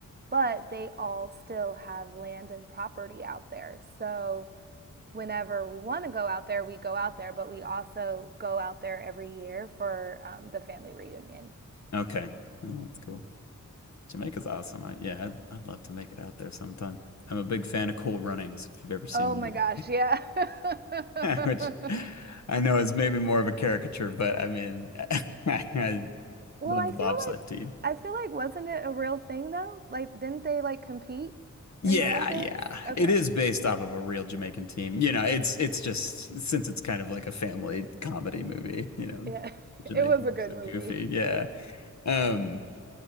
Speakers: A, on the right; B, on the left.
A: but they all still have land and property out there. So whenever we want to go out there, we go out there, but we also go out there every year for um, the family reunion.
B: Okay. Yeah, that's cool. Jamaica's awesome. I, yeah, I'd, I'd love to make it out there sometime. I'm a big fan of Cool Runnings, if you've ever seen
A: Oh
B: the
A: my
B: movie,
A: gosh, yeah. <laughs>
B: <laughs> which I know is maybe more of a caricature, but I mean, <laughs> I, I
A: Well,
B: love
A: I
B: the
A: feel
B: bobsled
A: like
B: team.
A: I feel like wasn't it a real thing though? Like didn't they like compete
B: Yeah,
A: in the Olympics?
B: yeah.
A: Okay.
B: It is based off of a real Jamaican team. You know, it's it's just since it's kind of like a family comedy movie, you know,
A: Yeah. <laughs>
B: Jamaicans
A: It was a good
B: are so
A: movie.
B: goofy. Yeah. Um,